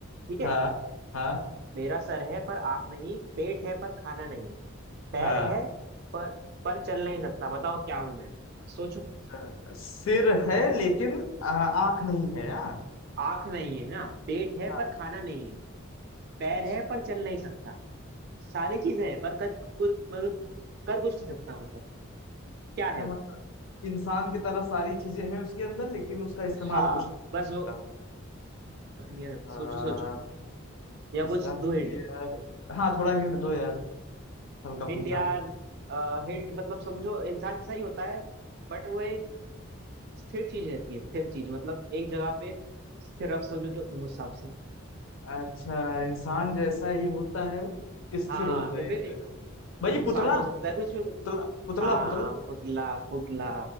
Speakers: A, on the right; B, on the left.
A: ठीक है
B: हाँ हाँ
A: मेरा सर है पर आँख नहीं पेट है पर खाना नहीं पैर
B: हाँ
A: है पर पर चल नहीं सकता बताओ क्या हूं मैं सोचो
B: अच्छा, सिर है लेकिन आ, आँख नहीं है हाँ
A: आंख नहीं है ना पेट
B: हाँ,
A: है पर खाना नहीं है पैर
B: अच्छा
A: है पर चल नहीं सकता सारी चीजें हैं पर कच कुर, मतलब कर कुछ नहीं सकता मतलब क्या
B: अच्छा
A: है वो
B: मतलब इंसान की तरह सारी चीजें हैं उसके अंदर लेकिन उसका इस्तेमाल
A: हाँ
B: कुछ नहीं
A: बस
B: कर
A: वो
B: सकता वो
A: नहीं आ सकता
B: हाँ
A: सोचो सोचो या
B: इसका
A: कुछ
B: मतलब
A: दो हिंट
B: यार हाँ थोड़ा हिंट दो यार हल्का
A: हिंट
B: फुल्का
A: यार हिंट मतलब समझो इंसान जैसा ही होता है बट वो एक स्थिर चीज रहती है स्थिर चीज मतलब एक जगह पे स्थिर अब समझो तो तुम उस हिसाब से
B: अच्छा इंसान जैसा ही होता है स्थिर
A: हाँ हाँ,
B: होता
A: या
B: है
A: फिर
B: एक जगह भाई
A: इंसान
B: पुतला
A: हो सकता है कुछ भी हो
B: पुतला पुतला
A: हाँ
B: पुतला
A: पुतला पुतला